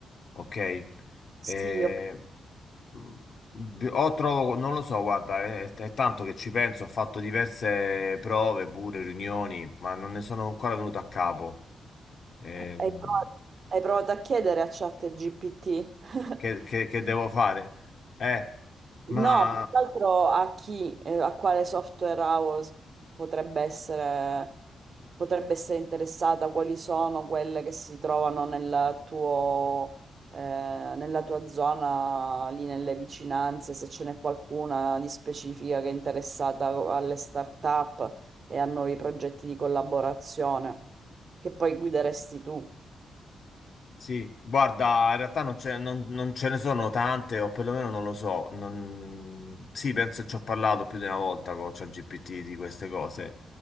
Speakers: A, on the left (about 55°); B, on the right (about 45°).
A: ok?
B: Sì,
A: Eh,
B: ok.
A: mh, d- o trovo, non lo so, guarda, è, è tanto che ci penso, ho fatto diverse prove, pure riunioni, ma non ne sono ancora venuto a capo. Ehm,
B: Hai provato, hai provato a chiedere a ChatGPT? <laughs>
A: che, che- che devo fare? Eh, ma
B: No, più che altro a chi, eh, a quale software house potrebbe essere, potrebbe essere interessata, quali sono quelle che si trovano nel tuo, eh, nella tua zona, lì nelle vicinanze, se ce n'è qualcuna di specifica che è interessata alle start-up e a nuovi progetti di collaborazione, che poi guideresti tu.
A: Sì, guarda, in realtà non, c'è- non- non ce ne sono tante, o perlomeno non lo so. non- Sì, penso che ci ho parlato più di una volta con ChatGPT di queste cose,